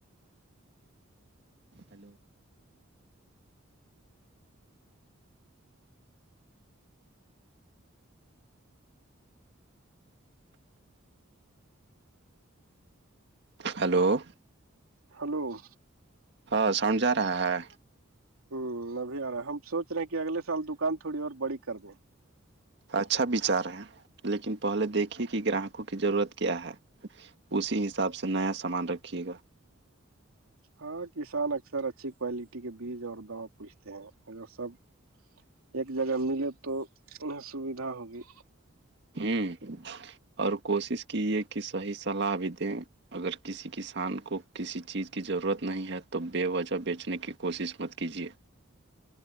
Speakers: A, on the right; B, on the right.
A: ہلو ہلو <unintelligible>
B: ہلو <unintelligible>
A: ہاں ساؤنڈ جا رہا ہے
B: ہوں ابھی آ رہا ہے ہم سوچ رہے ہیں کہ اگلے سال دکان تھوڑی اور بڑی کر دیں
A: اچھا بچار ہے لیکن پہلے دیکھیے کہ گراہکوں کی ضرورت کیا ہے اسی حساب سے نیا سامان رکھیے گا <unintelligible>
B: ہاں کسان اکثر اچھی کوالٹی کے بیج اور دوا پوستے ہیں مگر سب ایک جگہ ملے تو انہیں سویدھا ہوگی
A: ہوں اور کوشش کیے کہ صحی صلاح بھی دیں اگر کسی کسان کو کسی چیز کی ضرورت نہیں ہے تو بے وجہ بیچنے کی کوشش مت کیجیے